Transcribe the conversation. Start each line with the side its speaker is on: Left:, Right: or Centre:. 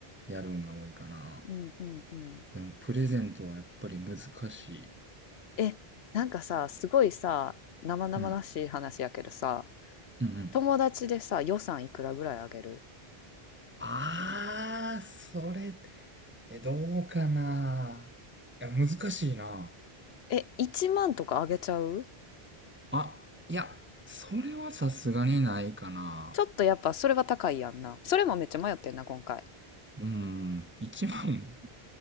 Right: やるんが多いかな。
Left: うんうんうん
Right: でも、プレゼントはやっぱり難しい。
Left: えなんかさすごいさ生々しい話やけどさ
Right: うん。うんうん。
Left: 友達でさ予算いくらぐらいあげる
Right: ああ、それ、え、どうかな。いや、難しいな。
Left: え1万とかあげちゃう
Right: あ、いや、それはさすがにないかな。
Left: ちょっとやっぱそれは高いやんなそれもめっちゃ迷ってんな今回
Right: うん、一万、